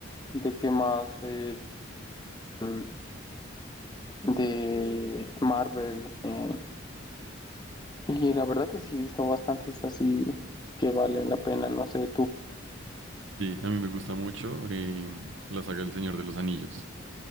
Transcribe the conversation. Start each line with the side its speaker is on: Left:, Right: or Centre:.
Left: de qué más, eh, mm, de Marvel. eh, Y la verdad que sí, he visto bastantes así que valen la pena, no sé tú.
Right: Sí, a mí me gusta mucho eh, la saga El Señor de los Anillos